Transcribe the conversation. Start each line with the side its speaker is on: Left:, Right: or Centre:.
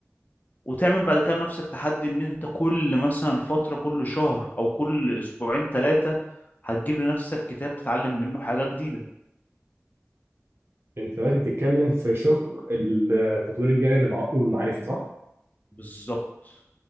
Left: وتعمل بعد كده لنفسك تحدي ان انت كل مثلا فترة كل شهر او كل اسبوعين ثلاثة هتجيب لنفسك كتاب تتعلم منه حاجة جديدة
Right: انت دلوقتي بتتكلم في شق التطوير الجانبي العقلي والمعرفي صح؟
Left: بالظبط